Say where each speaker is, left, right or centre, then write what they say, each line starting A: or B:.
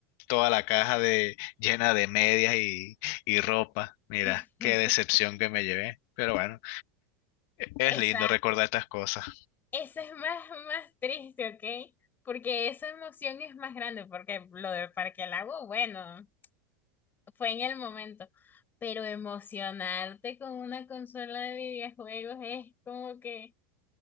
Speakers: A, on the left; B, on the left.
A: toda la caja de, llena de medias y, y ropa. Mira,
B: <laughs>
A: qué decepción que me llevé. Pero bueno, es
B: Esa,
A: lindo recordar estas cosas.
B: esa es más, más triste, ¿ok? Porque esa emoción es más grande, porque lo del Parque del Lago, bueno, fue en el momento. Pero emocionarte con una consola de videojuegos es como que